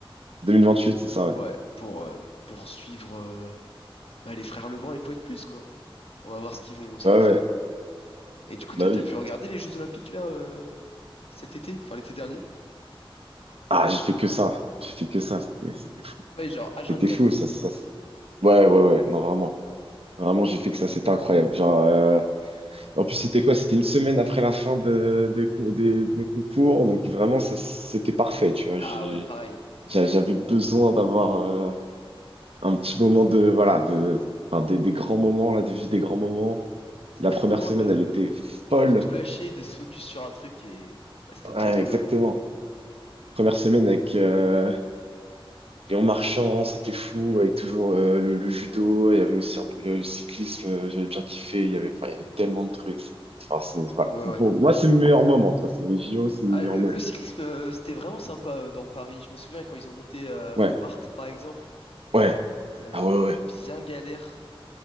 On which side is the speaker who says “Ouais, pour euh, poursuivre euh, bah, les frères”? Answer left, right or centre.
Left